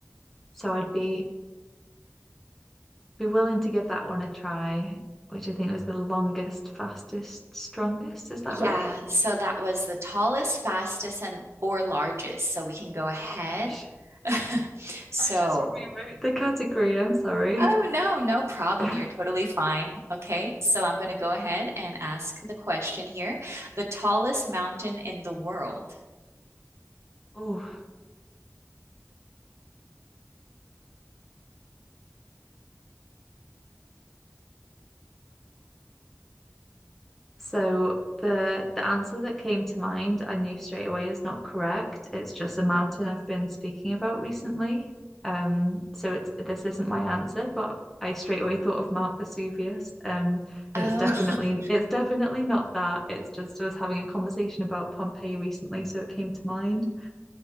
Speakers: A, in the centre; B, on the right.
A: So I'd be be willing to give that one a try, which I think was the longest, fastest, strongest. Is that
B: Yeah.
A: right?
B: So that was the tallest, fastest, and or largest. So we can go ahead.
A: Oh gosh.
B: <laughs> So
A: I just rewrote The category, I'm sorry.
B: Oh, no, no problem.
A: <laughs>
B: You're totally fine. Okay, so I'm going to go ahead and ask the question here. The tallest mountain in the world.
A: oh, So the the answer that came to mind, I knew straight away is not correct. It's just a mountain I've been speaking about recently. Um, so it's this isn't my answer, but I straight away thought of Mount Vesuvius. Um,
B: Oh,
A: and it's definitely
B: <laughs>
A: it's definitely not that. It's just I was having a conversation about Pompeii recently, so it came to mind.